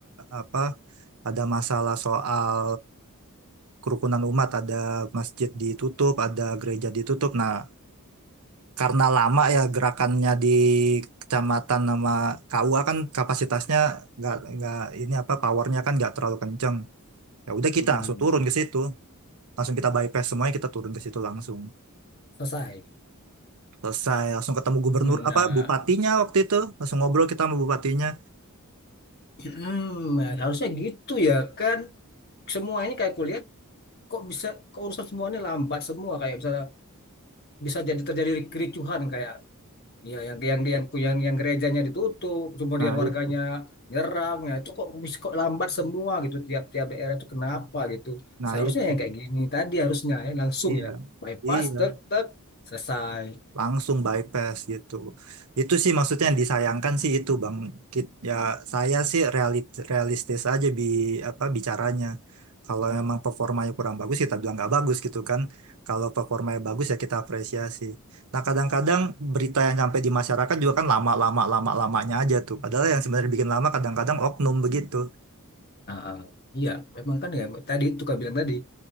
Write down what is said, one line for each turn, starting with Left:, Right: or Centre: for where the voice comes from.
Right: apa ada masalah soal kerukunan umat ada masjid ditutup ada gereja ditutup nah karena lama ya gerakannya di kecamatan sama KUA kan kapasitasnya nggak nggak ini apa powernya kan nggak terlalu kenceng ya udah kita
Left: hmm,
Right: langsung turun ke situ langsung kita bypass semuanya kita turun ke situ langsung
Left: selesai.
Right: selesai langsung ketemu gubernur
Left: Nah,
Right: apa bupatinya waktu itu langsung ngobrol kita sama bupatinya
Left: <clears throat> nah, harusnya gitu ya kan. Semuanya kayak kulihat kok bisa keurusan semuanya lambat semua kayak misalnya bisa jadi terjadi kericuhan kayak Iya, yang yang yang yang, yang gerejanya ditutup, kemudian
Right: nah
Left: warganya
Right: itu
Left: nyerang ya. Itu kok bisa kok lambat semua gitu tiap-tiap daerah itu kenapa gitu.
Right: nah
Left: Seharusnya
Right: itu
Left: yang kayak gini tadi harusnya ya langsung
Right: iya
Left: ya. Bypass
Right: iya
Left: tek tek selesai.
Right: langsung bypass gitu. Itu sih maksudnya yang disayangkan sih itu Bang. Kit- Ya saya sih reali- realistis aja bi apa bicaranya. Kalau memang performanya kurang bagus kita bilang nggak bagus gitu kan. Kalau performanya bagus ya kita apresiasi. Nah kadang-kadang berita yang sampai di masyarakat juga kan lama-lama lama-lamanya aja tuh. Padahal yang sebenarnya bikin lama kadang-kadang oknum begitu.
Left: Ah, ah. Iya, memang kan ya tadi itu kan bilang tadi